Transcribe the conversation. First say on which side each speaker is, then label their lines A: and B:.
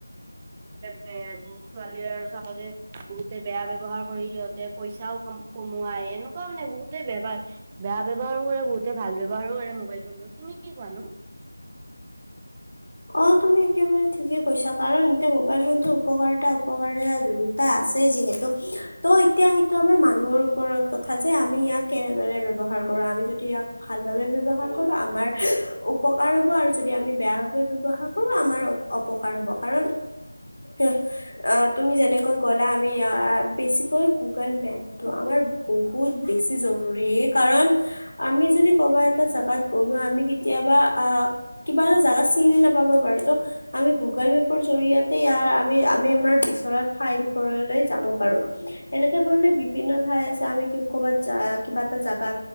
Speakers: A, on the right (about 20°); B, on the left (about 70°).
A: বে- বহুত ছোৱালীৰ আৰু চাবা যে বহুতে বেয়া ব্যৱহাৰ কৰি সিহঁতে পইচাও কম কমোৱাই এনেকুৱা মানে বহুতে ব্যৱহাৰ বেয়া ব্যৱহাৰো কৰে বহুতে ভাল ব্যৱহাৰো কৰে মোবাইল ফোনটোৰ তুমি কি কোৱানো
B: অ' তুমি একেবাৰে ঠিকেই কৈছা কাৰণ এতিয়া মোবাইল ফোনটো উপকাৰিতা অপকাৰিতা দুয়োটা আছে যিহেতু, ত' এতিয়া সেইটো আমাৰ মানুহৰ ওপৰত কথা যে আমি ইয়াক কেনেদৰে ব্যৱহাৰ কৰো আমি যদি ইয়াক ভাল ভাবে ব্যৱহাৰ কৰো আমাৰ উপকাৰ হব আৰু যদি আমি বেয়া ভাবে ব্যৱহাৰ কৰো আমাৰ অপকাৰ হ'ব কাৰণ অ তুমি যেনেকৈ কলা আমি বেছিকৈ গুগল মেপ তো আমাৰ বহুত বেছি জৰুৰী। কাৰণ আমি যদি ক'বা এটা জাগাত গলো আমি কেতিয়াবা আহ কিবা এটা জাগাত চিনি নাপাব পাৰো ত, আমি গুগল মেপৰ জৰিয়তে ইয়াৰ আমি আমি আমাৰ বিচৰা ঠাইডোখৰলৈ যাব পাৰো এনেককাে ধৰণে বিভিন্ন ঠাই আছে আমি ক'বাত কিবা এটা জাগা